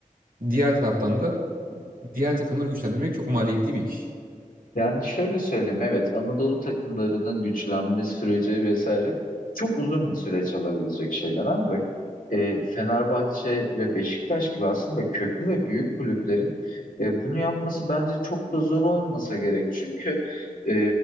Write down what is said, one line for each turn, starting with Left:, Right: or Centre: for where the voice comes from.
Right: diğer taraftan da diğer takımları güçlendirmek çok maliyetli bir iş.
Left: Yani şöyle söyleyeyim evet Anadolu takımlarının güçlenme süreci vesaire çok uzun bir süreç alabilecek şeyler ancak e, Fenerbahçe ve Beşiktaş gibi aslında köklü ve büyük kulüplerin e, bunu yapması bence çok da zor olmasa gerek. Çünkü e,